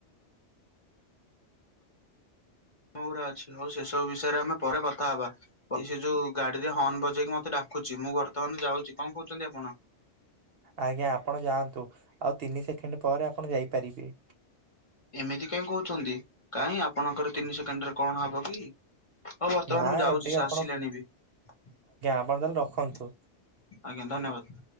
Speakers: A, on the left (about 30°); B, on the right (about 60°).
A: ମୋର ଆଛିଲ ହଉ ସେସବୁ ବିଷୟରେ ଆମେ ପରେ କଥା ହବା। ଇ ସେ ଯୋଉ ଗାଡିରେ ହର୍ଣ ବଜେଇକି ମୋତେ ଡାକୁଚି। ମୁଁ ବର୍ତ୍ତମାନ ଯାଉଚି। କଣ କହୁଚନ୍ତି ଆପଣ?
B: ଆଜ୍ଞା ଆପଣ ଯାଆନ୍ତୁ ଆଉ ତିନି ସେକେଣ୍ଡ ପରେ ଆପଣ ଯାଇପାରିବେ।
A: ଏମିତି କାଇଁ କହୁଛନ୍ତି କାଇଁ ଆପଣଙ୍କର ତିନି ସେକେଣ୍ଡ ରେ କଣ ହବ କି? ହଉ ବର୍ତ୍ତମାନ
B: ନା
A: ମୁଁ ଯାଉଚି
B: ଏବେ
A: ସେ ଆସିଲାଣି
B: ଆପଣ
A: ବି। ଆଜ୍ଞା
B: ଆପଣ ତାହେଲେ ରଖନ୍ତୁ।
A: ଧନ୍ୟବାଦ।